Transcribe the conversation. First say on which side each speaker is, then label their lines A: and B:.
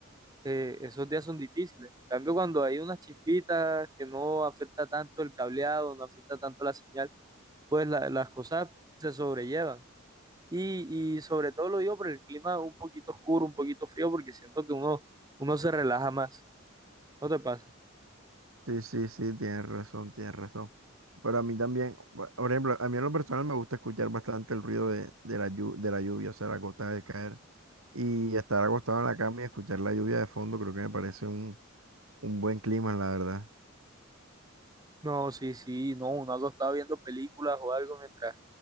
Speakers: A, on the right; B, on the right.
A: eh, esos días son difíciles. En cambio, cuando hay unas chispitas que no afecta tanto el cableado, no afecta tanto la señal, pues la- las cosas se sobrellevan. Y, y sobre todo lo digo por el clima un poquito oscuro, un poquito frío, porque siento que uno, uno se relaja más. ¿No te pasa?
B: Sí, sí, sí, tienes razón, tienes razón. Pero a mí también, bu- por ejemplo, a mí en lo personal me gusta escuchar bastante el ruido de, de la, llu- de la lluvia, o sea, la gota de caer. Y estar acostado en la cama y escuchar la lluvia de fondo, creo que me parece un, un buen clima, la verdad.
A: No, sí, sí, no, uno algo está viendo películas o algo mientras,